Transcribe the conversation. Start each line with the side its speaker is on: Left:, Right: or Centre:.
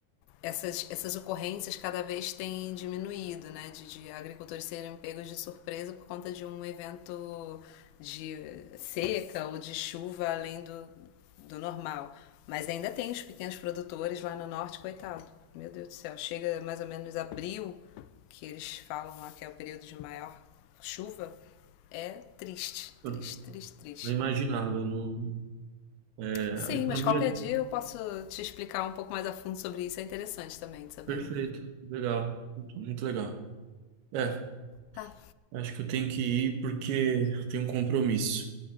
Left: essas, essas ocorrências cada vez têm diminuído, né? De, de agricultores serem pegos de surpresa por conta de um evento de seca ou de chuva além do, do normal. Mas ainda tem os pequenos produtores lá no norte, coitado. Meu Deus do céu, chega mais ou menos abril, que eles falam lá que é o período de maior chuva. É triste,
Right: Eu
Left: triste, triste, triste.
Right: Não imaginava, eu não. É,
Left: Sim,
Right: a economia
Left: mas qualquer
Right: é
Left: dia eu posso te explicar um pouco mais a fundo sobre isso. É interessante também de saber.
Right: perfeita, legal, muito, muito legal. É,
Left: Tá,
Right: acho que eu tenho que ir porque eu tenho um compromisso.